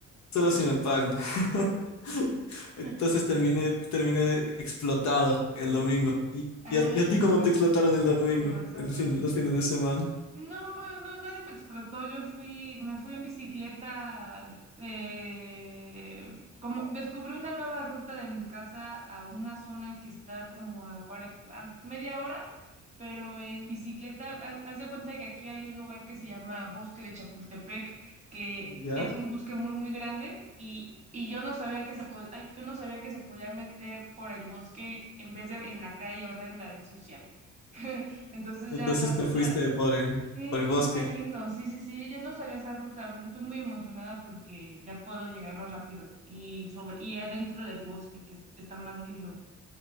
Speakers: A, on the left; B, on the right.
A: solo si me pagan. <laughs>
B: cantidad.
A: Entonces
B: <laughs>
A: terminé, terminé explotado el domingo. ¿Y,
B: Ah,
A: y a, y a ti
B: con
A: cómo
B: razón,
A: te explotaron el domingo,
B: con razón,
A: el
B: con
A: fin,
B: razón.
A: los fines de semana?
B: No, pues no, nadie me explotó. Yo fui, me fui en bicicleta. de- eh, como descubrí una nueva ruta de mi casa a una zona que está como a, cuaren- a media hora, pero en bicicleta. ha- Haz de cuenta que aquí hay un lugar que se llama Bosque de Chapultepec, que
A: ¿Ya?
B: es un bosque muy, muy grande y, y yo no sabía que se podía, yo no sabía que se podía meter por el bosque en vez de en la calle horrenda de sucia. <laughs> Entonces
A: Entonces
B: ya la ruta
A: te fuiste por el,
B: Sí,
A: por el bosque.
B: está lindo. Sí, sí, sí. Yo no sabía esa ruta. m- Estoy muy emocionada porque ya puedo llegar más rápido y sobre y adentro del bosque que es- está más lindo.